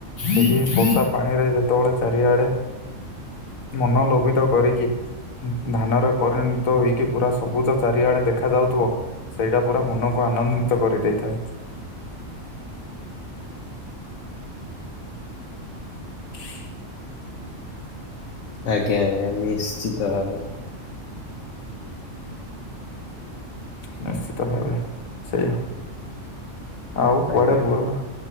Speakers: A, on the left; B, on the left.
A: ସେହି
B: ଆଜ୍ଞା
A: ବର୍ଷା ପାଣିରେ ଯେତେବେଳେ ଚା ଏଇଆଡେ ମନଲୋଭିତ କରିକି ଉମ୍ ଧାନରେ ପରିଣତ ହେଇକି ପୁରା ସବୁଜ ଚାରିଆଡେ ଦେଖା ଯାଉଥିବ ସେଇଟା ପୁରା ମନ କ ଆନନ୍ଦିତ କରି ଦେଇଥାଏ। <inaudible>
B: ଆଜ୍ଞା ଆଜ୍ଞା ନିଶ୍ଚିତ ଭାବରେ।
A: ନିଶ୍ଚିତ ଭାବେ ସେଇଆ। ଆଉ କୁଆଡେ
B: ଆଜ୍ଞା।
A: ବୁଳ